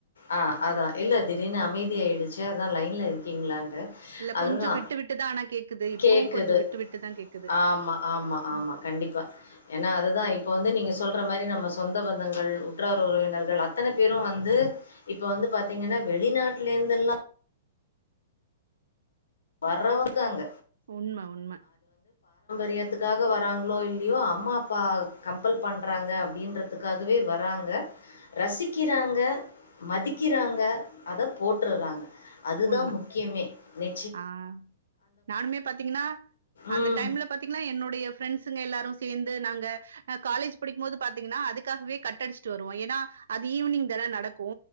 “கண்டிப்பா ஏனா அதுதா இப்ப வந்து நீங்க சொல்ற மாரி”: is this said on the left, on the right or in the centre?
Left